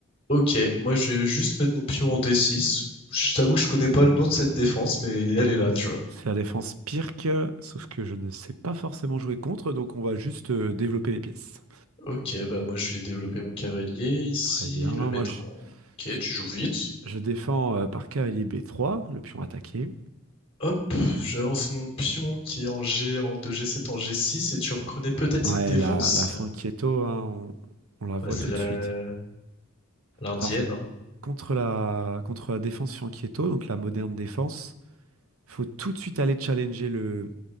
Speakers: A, on the left; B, on the right.
A: Ok, moi je vais juste mettre mon pion en d six. Je t'avoue que je connais pas le nom de cette défense, mais elle est là, tu vois.
B: C'est la défense pire que, sauf que je ne sais pas forcément jouer contre, donc on va juste euh, développer les pièces.
A: Ok, bah moi je vais développer mon cavalier ici,
B: Très bien,
A: le mettre
B: moi je,
A: en... Ok,
B: je-
A: tu joues vite.
B: je défends euh, par cavalier B3, le pion attaqué.
A: Hop, j'avance mon pion qui est en G, en deux g sept en g six et tu reconnais peut-être
B: Ouais,
A: cette défense?
B: la, la fin hein, on, on la voit
A: Bah c'est
B: tout
A: la...
B: de suite.
A: l'ardienne.
B: Alors,
A: hein.
B: contre la, contre la défense sur donc la moderne défense, faut tout de suite aller challenger le,